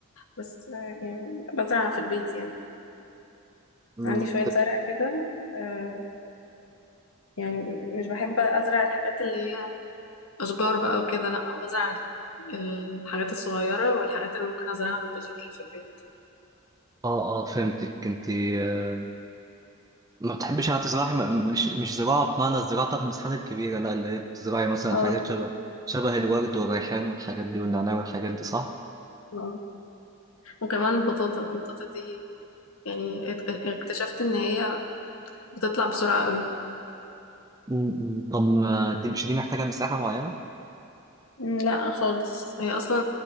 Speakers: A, on the left; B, on the right.
A: بس آه، يعني بزرع في البيت يعني
B: مم.
A: عندي شوية زرع كده أه يعني م- مش بحب أزرع الحاجات اللي هي أشجار بقى وكده لأ أنا بزرع الحاجات الصغيرة والحاجات اللي ممكن أزرعها بالبذور اللي في البيت
B: اه اه فهمتك أنت آه، ما بتحبيش يعني تزرعي م- مش مش زراعة بمعنى الزراعة بتاعت المساحات الكبيرة لا اللي هي بتزرعي مثلا
A: اه
B: حاجات شبه شبه الورد والريحان والحاجات دي والنعناع والحاجات دي صح؟
A: آه. وكمان البطاطا البطاطا دي يعني ات- اكتشفت إن هي بتطلع بسرعة قوي
B: مم. طب ما دي مش دي محتاجة مساحة معينة؟
A: م، لا خالص هي أصلا